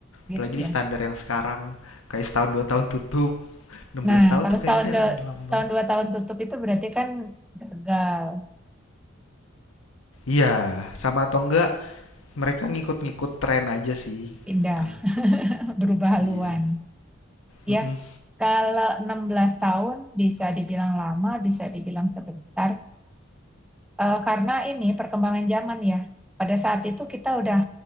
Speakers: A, in the centre; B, on the left.
A: gitu
B: Apalagi
A: ya.
B: di standar yang sekarang. Kayak setahun dua tahun tutup. 16
A: Nah,
B: tahun
A: kalau
B: tuh
A: setahun
B: kayaknya udah lama
A: setahun
B: banget.
A: dua tahun tutup itu berarti kan gagal
B: Iya, sama atau enggak mereka ngikut-ngikut tren aja sih.
A: pindah
B: Tuh,
A: <laughs> berubah
B: iya.
A: haluan ya.
B: Mm-mm.
A: Kalau 16 tahun bisa dibilang lama, bisa dibilang sebentar Eh, karena ini perkembangan zaman ya. Pada saat itu kita udah